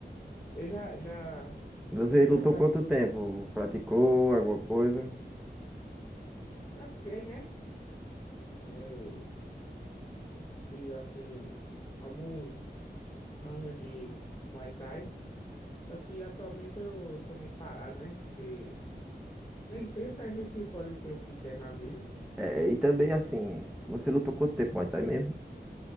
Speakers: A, on the left; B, in the centre.
A: eu já, já,
B: Você
A: e tu
B: lutou
A: já prati-
B: quanto tempo? Praticou alguma coisa?
A: eu pratiquei, né? Eu fiz assim alguns anos de Muay Thai. Só que atualmente eu tô meio que parado, né? Porque nem sempre a gente pode ter o que quer na vida.
B: É, e também assim, você lutou quanto tempo, Muay Thai mesmo?